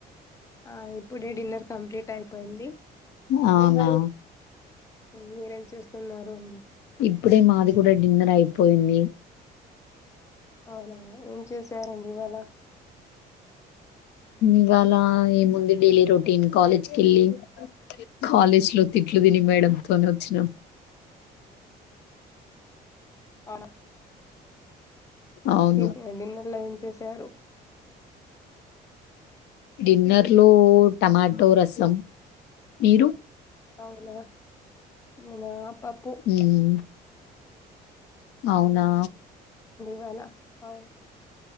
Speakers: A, on the left; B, on the left.
A: ఆ ఇప్పుడే డిన్నర్ కంప్లీట్ అయిపోయింది
B: అవునా
A: ఉ మీరేం చేస్తున్నారు అండి
B: ఇప్పుడే మాది గూడ డిన్నర్ అయిపోయింది
A: అవునా ఏం చేసారండి ఇవాళ
B: ఇవాళ ఏముంది డైలీ రొటీన్ కాలేజ్ కెళ్ళి కాలేజ్ తిట్లు
A: ఉమ్,
B: తిని మేడంతోనే వచ్చినం
A: అవునా
B: అవును
A: టిఫి డిన్నర్ లో ఏం చేసారు
B: డిన్నర్ లో టమాటో రసం మీరు
A: అవునా నినా పప్పు
B: ఉమ్ అవునా
A: వనా అవును